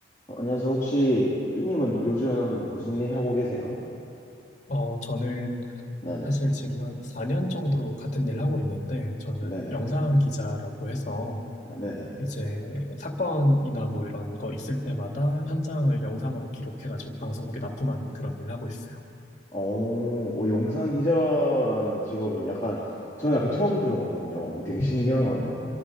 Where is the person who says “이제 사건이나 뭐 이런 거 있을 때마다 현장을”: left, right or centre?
Left